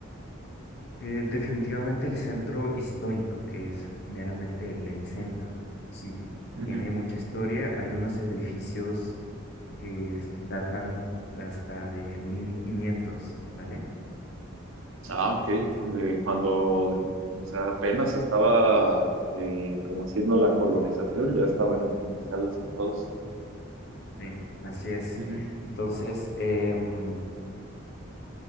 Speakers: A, on the left; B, on the right.
A: Eh, definitivamente el centro histórico, que es meramente el, el centro, sí,
B: Ujú.
A: tiene mucha historia, hay unos edificios que es- datan hasta de 1500, ¿vale?
B: Ah, ok.
A: Entonces,
B: De cuando, o sea, apenas estaba eh, como haciendo la colonización, ya estaban en Tlaxcala sentados.
A: sí, así es.
B: Ujú,
A: Entonces, em,